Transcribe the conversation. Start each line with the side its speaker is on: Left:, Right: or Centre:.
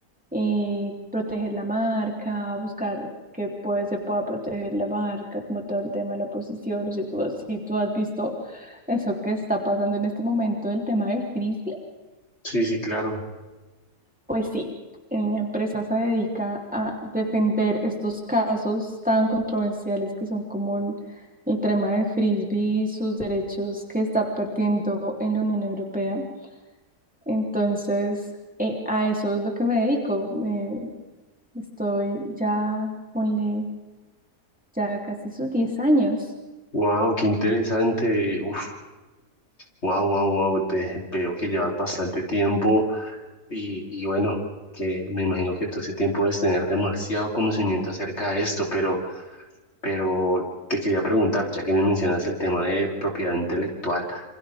Centre: eh, proteger la marca, buscar que puede- se pueda proteger la marca, como todo el tema de la posición. No sé tú- si tú has visto eso que está pasando en este momento, el tema de frisbee.
Left: sí, sí, claro.
Centre: Pues sí, en mi empresa se dedica a defender estos casos tan controversiales que son como el, el tema del frisbee y sus derechos que está perdiendo en la Unión Europea. Entonces, eh, a eso es lo que me dedico. Me- estoy ya, ponle, ya casi sus 10 años.
Left: Wow, qué interesante. Uf, wow, wow, wow. veo que llevas bastante tiempo y, y bueno, que me imagino que todo ese tiempo debes tener demasiado conocimiento acerca de esto, pero, pero te quería preguntar, ya que me mencionas el tema de propiedad intelectual,